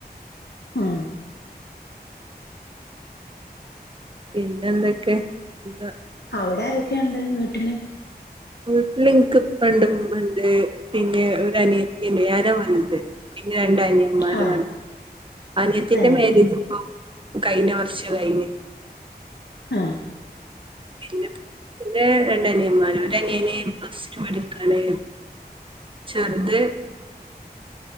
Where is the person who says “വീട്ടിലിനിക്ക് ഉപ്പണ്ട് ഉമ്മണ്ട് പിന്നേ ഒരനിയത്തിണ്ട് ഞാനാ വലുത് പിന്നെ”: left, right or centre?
Right